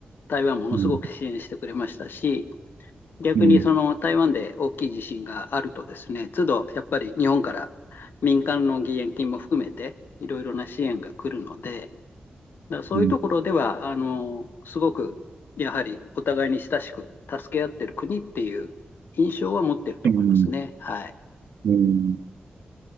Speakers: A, on the left; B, on the right.
A: 台湾ものすごく支援してくれましたし、
B: うん。
A: 逆にその台湾で大きい地震があるとですね、
B: うん
A: 都度やっぱり日本から民間の義援金も含めて、いろいろな支援が来るので、だからそういうところでは、
B: うん
A: あの、すごく、やはりお互いに親しく助け合ってる国っていう印象は持ってると思いますね。
B: うん
A: はい。
B: うん